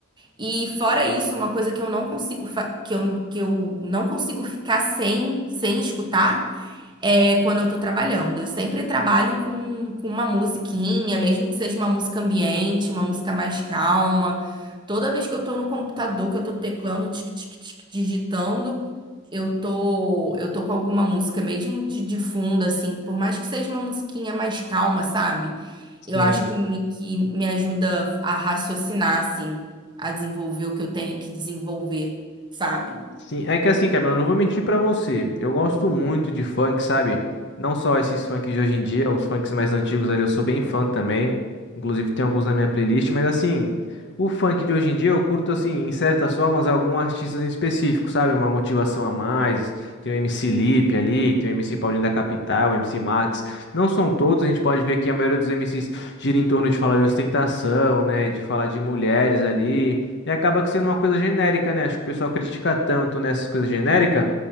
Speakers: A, on the right (about 20°); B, on the left (about 55°).
A: E fora isso, uma coisa que eu não consigo fa- que eu, que eu não consigo ficar sem sem escutar é quando eu tô trabalhando. Eu sempre trabalho com, com uma musiquinha, mesmo que seja uma música ambiente, uma música mais calma. Toda vez que eu tô no computador, que eu tô teclando, tic, tic, tic, digitando, eu tô, eu tô com alguma música mesmo de, de fundo, assim, por mais que seja uma musiquinha mais calma, sabe?
B: sim.
A: Eu acho que me, que me ajuda a raciocinar, assim, a desenvolver o que eu tenho que desenvolver, sabe?
B: Sim, é que assim, Camila, eu não vou mentir pra você. Eu gosto muito de funk, sabe? Não só esses funks de hoje em dia, os funks mais antigos ali, eu sou bem fã também. Inclusive tem alguns na minha playlist, mas assim, o funk de hoje em dia eu curto assim, em certas formas, alguns artistas em específico, sabe? Uma motivação a mais. Tem o MC Lipe ali, tem o MC Paulinho da Capital, o MC Max. Não são todos, a gente pode ver que a maioria dos MCs gira em torno de falar de ostentação, né? De falar de mulheres ali. E acaba que sendo uma coisa genérica, né? Acho que o pessoal critica tanto nessas coisas genéricas